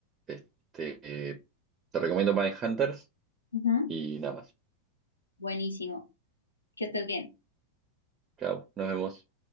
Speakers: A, on the right; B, on the left.
A: Este, eh, te recomiendo Hunters
B: Ujú,
A: y nada más.
B: Buenísimo. Que estés bien.
A: Chao, nos vemos.